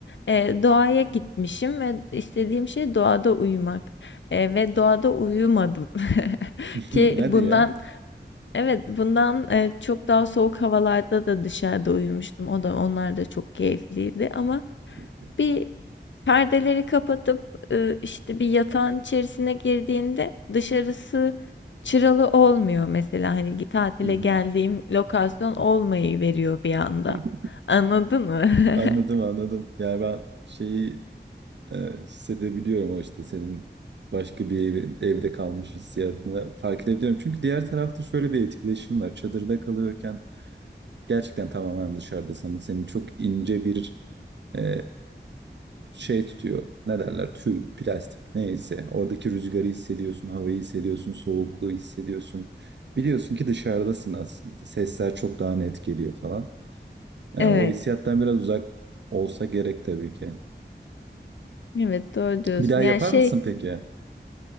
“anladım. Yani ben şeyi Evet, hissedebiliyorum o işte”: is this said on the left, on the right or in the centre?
Right